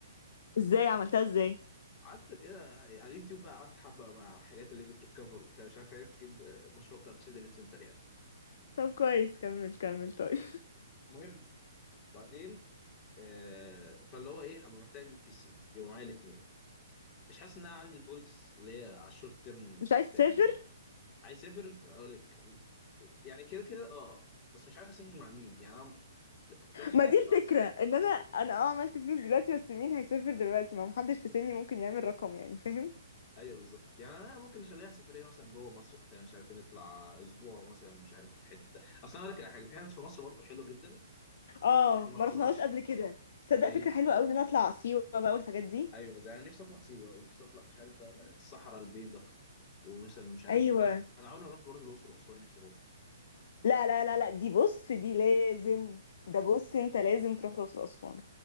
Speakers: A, on the left (about 55°); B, on the left (about 35°).
A: ازاي عملتها ازاي
B: قعدت كده على اليوتيوب بقى قعدت حبه مع الحاجات اللي بتريكفر وبتاع مش عارف عرفت اجيب آه، مشروع بتاع تشيلدرن سنتر يعني
A: طب كويس كمل كمل طيب
B: المهم وبعدين آه فاللي هو ايه ابقى محتاج اجيب بي سي يبقى معايا الاثنين مش حاسس ان انا عندي الجولز اللي هي على الشورت تيرم
A: مش عايز تسافر
B: تاني عايز اسافر يبقى اقول لك يعني كده كده اه بس مش عارف اسافر مع مين يعني انا البلان بتاعتي
A: ما دي الفكرة
B: اه
A: ان انا انا اه عملت فلوس دلوقتي بس مين هيسافر دلوقتي ما محدش في سني ممكن يعمل رقم يعني فاهم
B: ايوه بالظبط يعني انا ممكن نخليها سفريه مثلا جوه مصر بتاع مش عارفين نطلع اسبوع مثلا مش عارف حته اصل انا اقول لك على حاجه في حتت في مصر برضه حلوه جدا
A: اه
B: احنا ما
A: ما
B: رحناهاش
A: رحناش قبل كده تصدق
B: زي
A: فكرة حلوة قوي ان انا اطلع سيوة بقى والحاجات دي
B: ايوه زي انا نفسي اطلع سيوه ونفسي اطلع مش عارف بقى الصحراء البيضاء ومثلا مش عارف
A: ايوه
B: انا انا عمري ما رحت برضه الاقصر واسوان نفسي اروح
A: لا لا لا لا دي بص دي لازم ده بص انت لازم تروح الأقصر وأسوان